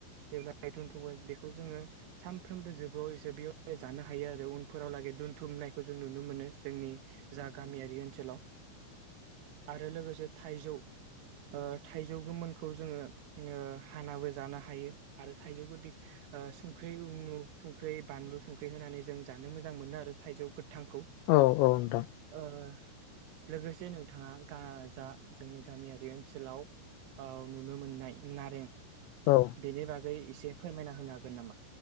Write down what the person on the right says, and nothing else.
जेब्ला हाय दोनथुमगोन बेखौ जोङो सानफ्रोमबो जोबोयै जों बेयाव जानो हायो आरो उनफोरावलागै दोनथुमनायखौ जों नुनो मोनो जोंनि जा गामियारि ओनसोलाव आरो लोगोसे थाइजौ ओ थाइजौ गोमोनखौ जोङो ङो हानाबो जानो हायो आरो थाइजौ गोदै ओ संख्रै उनु संख्रै बानलु संख्रि होनानै जों जानो मोजां मोनो आरो थाइजौ फोद थांखौ
ओ लोगोसे नोंथाङा गा जा जोंनि गामियारि ओनसोलाव ओ नुनो मोननाय नारें
बेनि बागै इसे फोरमायना होनो हागोन नामा